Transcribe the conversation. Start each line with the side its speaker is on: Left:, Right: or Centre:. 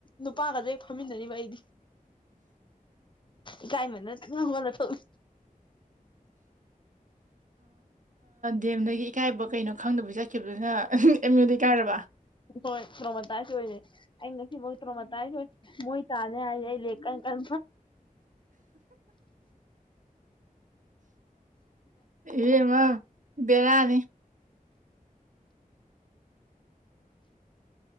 Left: ꯅꯨꯄꯥꯒꯁꯦ ꯐꯝꯃꯤꯟꯅꯔꯤꯕ ꯑꯩꯗꯤ ꯏꯀꯥꯏꯃꯟꯗꯅ ꯇꯨꯃꯤꯟꯅꯥ ꯍꯧꯒꯠꯂ ꯊꯣꯛꯂꯛ
Right: ꯗꯤꯑꯦꯝꯗꯒꯤ ꯏꯀꯥꯏꯕ ꯀꯩꯅꯣ ꯈꯪꯗꯕ ꯆꯠꯈꯤꯕꯗꯨꯅ ꯑꯦꯝ ꯌꯨꯗ ꯏꯀꯥꯏꯔꯕ
Left: ꯍꯣꯏ ꯇꯔꯣꯃꯇꯥꯏꯁ ꯑꯣꯏꯔꯦ ꯑꯩ ꯉꯁꯤꯃꯛ ꯇꯔꯣꯃꯥꯇꯥꯏ ꯑꯣꯏ ꯃꯣꯏ ꯇꯥꯅꯦ ꯍꯥꯏꯗꯤ ꯑꯩ ꯂꯥꯏꯔꯤꯛ ꯀꯟ ꯀꯟ
Right: ꯏꯕꯦꯝꯃꯥ ꯕꯦꯔꯥꯅꯤ